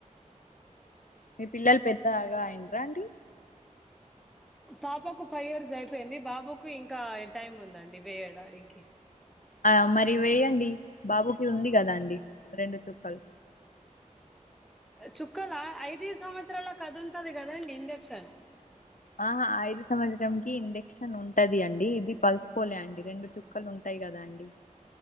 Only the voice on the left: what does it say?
మీ పిల్లలు పెద్దగా అయిండ్రా అండి
ఆ మరి వేయండి బాబుకి ఉంది కదా అండి రెండు చుక్కలు
అహా ఐదు సంవత్సరం కి ఇంజక్షన్ ఉంటాది అండి, ఇది పల్స్ పోలియో అండి రెండు చుక్కలు ఉంటాయ్. యే గదా అండి.